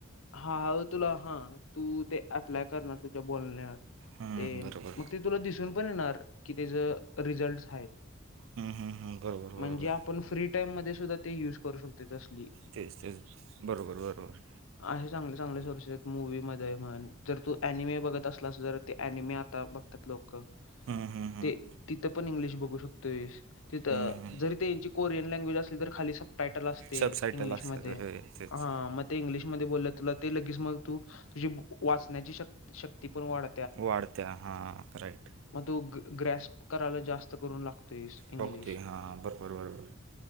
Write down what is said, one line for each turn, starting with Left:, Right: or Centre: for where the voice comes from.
Left: हा तुला हा तू ते अप्लाय करणार तुझ्या बोलण्यात
Right: हम्म,
Left: ते
Right: बरोबर
Left: मग ते तुला दिसुन पण येणार कि रिझल्ट
Right: हम्म, हम्म, हम्म, बरोबर
Left: म्हणजे
Right: बरोबर
Left: आपण फ्री टाईम मध्ये सुद्धा ते युज करू शकते तसं
Right: तेच तेच बरोबर बरोबर.
Left: असे चांगले चांगले सोर्सेस आहेत मूवी मध्ये म्हण जर तु ऍनिमे बघत असलास जर ते ऍनिमे आता बघतात लोक
Right: हम्म हम्म हम्म
Left: ते तिथं पण इंग्लिश बघू शकतोय. तिथं
Right: हम्म हम्म.
Left: जरी ते त्यांची कोरियन लँग्वेज असली तर खाली सब टायटल असतं. ते
Right: सबसायटल
Left: इंग्लिशमधे.
Right: असतात होय तेच
Left: हं. मग - इंग्लिशमधे बोललं तुला ते लगेच मग तू तुझी वाचण्याची शक -शक्ती पण वाढ-
Right: वाढते हां. राईट.
Left: म तू ग्रास्प करायला जास्त करून लागतोयस इंग्लिश.
Right: बघतोय हां बरोबर बरोबर